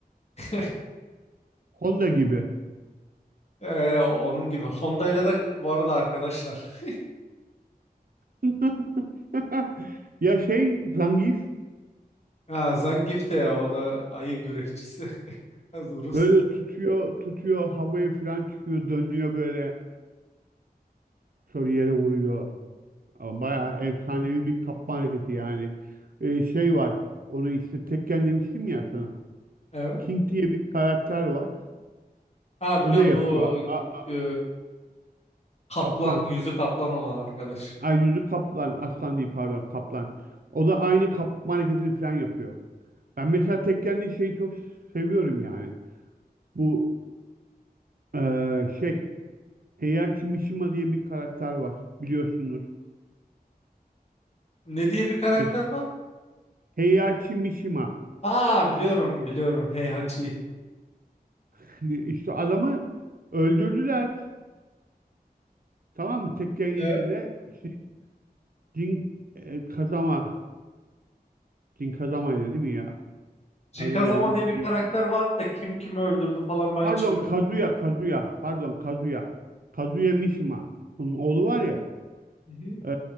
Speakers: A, on the left (about 40°); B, on the right (about 65°).
A: <laughs>
B: Honda gibi.
A: Ee, onun gibi. Honda ile de bu arada arkadaşlar. <laughs>
B: <laughs> Ya şey Zangief
A: Ha, Zangief de ya o da ayı güreşçisi. <laughs> Az Rus.
B: böyle tutuyor tutuyor havaya falan çıkıyor dönüyor böyle sonra yere vuruyor. Ama Bayağı
A: Ya,
B: efsanevi bir kapma hareketi yani. Ee, şey var. Onu işte Tekken demiştim ya sana.
A: evet.
B: King diye bir karakter var.
A: Ha
B: O
A: biliyorum
B: da yapıyor.
A: bu
B: A- a-
A: e, kaplan,
B: aslan.
A: yüzü kaplan olan arkadaş.
B: Ay yüzü kaplan. Aslan değil pardon kaplan. O da aynı kapma hareketini falan yapıyor. Ben mesela Tekken'de şeyi çok seviyorum yani. Bu eee, şey Heihachi Mishima diye bir karakter var. Biliyorsundur.
A: Ne diye bir karakter
B: Mesela
A: var?
B: Heihachi Mishima.
A: Ha biliyorum biliyorum. Heihachi.
B: <laughs> İşte adamı öldürdüler. Tamam mı? Tekken 7'de
A: Evet.
B: işte Jin e, Kazama. Jin Kazama'ydı değil mi ya?
A: Jinkazama
B: Adı da yanlış
A: diye
B: şey.
A: bir karakter vardı da kim kimi öldürdü falan ben
B: Pardon
A: hiç bilmiyorum.
B: Kazuya Kazuya. Pardon Kazuya. Kazuya Mishima. Bunun oğlu var ya.
A: Hı hı.
B: e,